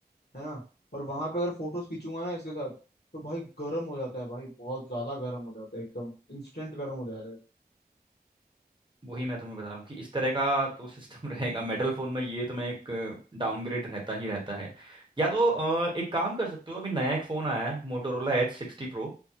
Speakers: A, on the left (about 80°); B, on the right (about 30°).
A: है ना और वहां पे अगर फोटोज खींचूंगा ना इसके साथ तो भाई गर्म हो जाता है भाई बहुत ज्यादा गर्म हो जाता है एकदम इंस्टेंट गर्म हो जाता है
B: वही मैं तुम्हें बता रहा हूँ कि इस तरह का तो सिस्टम <laughs> रहेगा मेटल फ़ोन में ये तुम्हें एक डाउनग्रेड रहता ही रहता है या तो अ, एक काम कर सकते हो अभी नया एक फ़ोन आया है मोटोरोला एच सिक्सटी प्रो